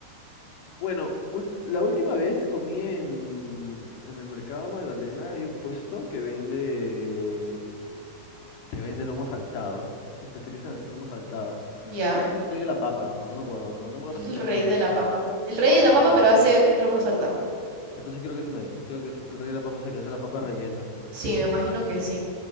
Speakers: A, on the left (about 65°); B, on the right (about 80°).
A: Bueno, ul- la última vez comí en, en el mercado Magdalena, hay un puesto que vende que vende lomo saltado. Se especializa en hacer lomo saltado.
B: Ya,
A: Creo que es el rey de la papa, o no me acuerdo. No, no me acuerdo
B: el
A: si, sea-
B: rey
A: si es
B: de
A: ese.
B: la papa. El rey de la papa,
A: Sí.
B: pero hace lomo saltado.
A: Entonces creo que ese no es. Creo que es el rey de la papa es el que hace las papas rellenas.
B: Sí, me imagino
A: Pero
B: que sí.